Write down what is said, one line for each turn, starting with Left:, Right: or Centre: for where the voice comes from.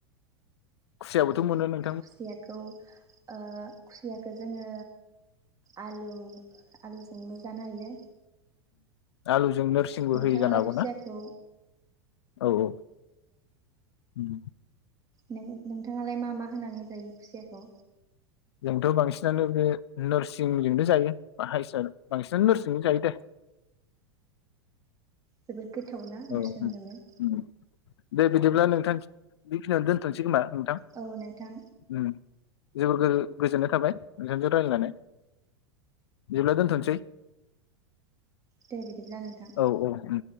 Left: खुसियाबोथ मोनो नों
Right: खुसियाखौ ओ खुसियाखौ जोङो आलु-आलुजो जोबो जानो हायो
Left: आलु जों नोरसिंबो
Right: नोंथाङालाय
Left: होयो जानो हागौ
Right: खुसियाखौ
Left: ना औ औ ओम
Right: नों नोंथाङालाय मा मा होनानै जायो खुसियाखौ?
Left: जोंथ बांसिनानो बे नोरसिंजोंनो जायो बा हायसा बांसिनानो नोरसिंजोंनो जायो दे।
Right: <unintelligible> गोथावना नेरसोनजोंनो
Left: औ उम दे बिदिब्ला नोंथां बेखिनियावनो दोनथनोसै खोमा नोंथां
Right: औ नोंथां
Left: ओम जोबोर गोजो गोजोननाय थाबाय नोंथांजों रायलायनानै बिदिब्ला दोनथनोसै।
Right: दे बिदिब्ला नोंथां।
Left: औ औ